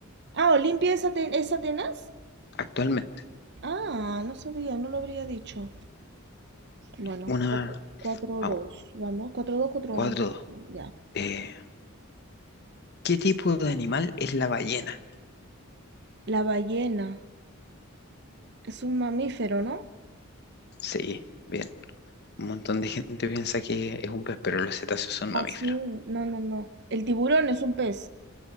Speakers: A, on the right; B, on the left.
A: Ah, Olimpia es, Aten- es Atenas.
B: Actualmente.
A: Ah, no sabía, no lo habría dicho. Bueno,
B: Una,
A: cuatro
B: a
A: dos vamos, cuatro dos cuatro
B: cuatro
A: uno
B: dos.
A: ya.
B: Eh, ¿qué tipo de animal es la ballena?
A: La ballena es un mamífero, ¿no?
B: Sí, bien. Un montón de gente piensa que es un pez, pero los cetáceos son mamíferos.
A: Ah, sí, no, no, no. El tiburón es un pez.